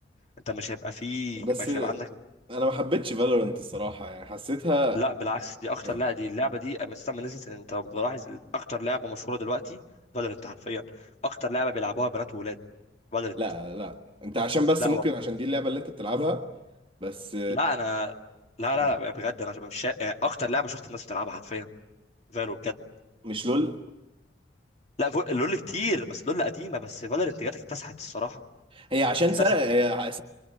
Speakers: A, on the left (about 40°); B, on the right (about 30°).
A: انت مش هيبقى فيه
B: بس
A: مش هيبقى عندك
B: انا ما حبيتش فالورنت الصراحه يعني حسيتها
A: لا بالعكس دي اكتر
B: يعني
A: لا دي اللعبة دي اما تسمى نزلت انت ملاحظ اكتر لعبة مشهورة دلوقتي فالورنت حرفيا اكتر لعبة بيلعبوها بنات وولاد فالورنت
B: لا لا انت عشان بس
A: لا
B: ممكن عشان دي اللعبه اللي انت بتلعبها بس
A: لا انا لا
B: يعني
A: لا لا بجد انا مش شا... يعني اكتر لعبه شفت الناس بتلعبها حرفيا فالو بجد
B: مش لول
A: لا فو... لول كتير بس لول قديمه بس فالورنت جت اكتسحت الصراحه
B: هي عشان
A: اكتسحت
B: سرق هي